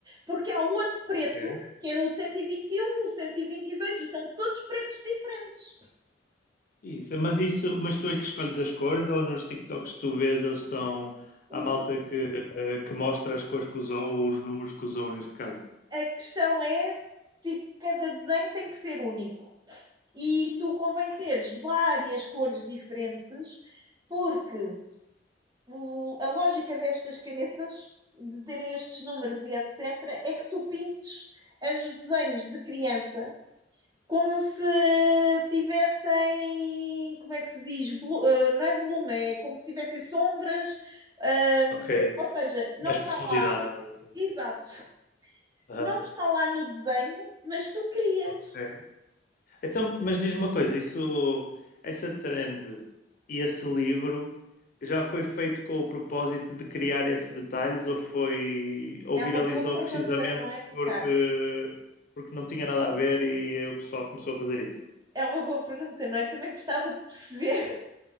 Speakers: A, on the right (about 20°); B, on the left (about 50°).
A: porque há um outro preto
B: ok.
A: que é o cento e e vinte e um o 122, e vinte e dois, e são todos pretos diferentes.
B: Isso, mas isso, mas tu é que escolhes as cores ou nos TikToks que tu vês eles estão.
A: Um,
B: Há malta que, eh, que mostra as cores que usou ou os números que usou neste caso?
A: a questão é, tipo, cada desenho tem que ser único. E tu convém teres várias cores diferentes, porque o- a lógica destas canetas, de terem estes números e etc., é que tu pintes os desenhos de criança como se tivessem, como é que se diz? Volu- eh, não é volume, é como se tivessem sombras, ahm,
B: Ok.
A: ou seja, não
B: Mais
A: está
B: profundidade,
A: lá,
B: assim.
A: exato,
B: Aham.
A: não está lá no desenho, mas tu crias.
B: Ok. Então, mas diz-me uma coisa, isso, essa trend e esse livro já foi feito com o propósito de criar esses detalhes ou foi ou
A: É
B: viralizou
A: uma boa pergunta,
B: precisamente
A: não é, Ricardo?
B: porque porque não tinha nada a ver e o pessoal começou a fazer isso?
A: É uma boa pergunta, não é? Também gostava de perceber.